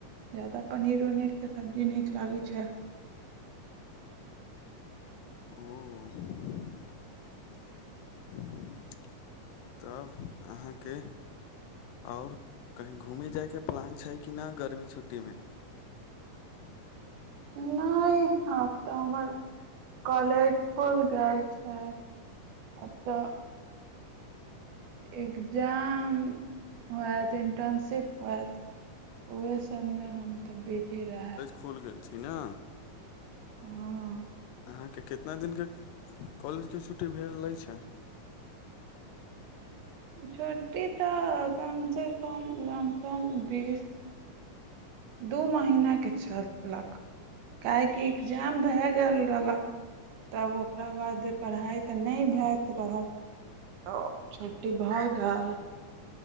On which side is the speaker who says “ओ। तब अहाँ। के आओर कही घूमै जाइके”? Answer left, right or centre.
Left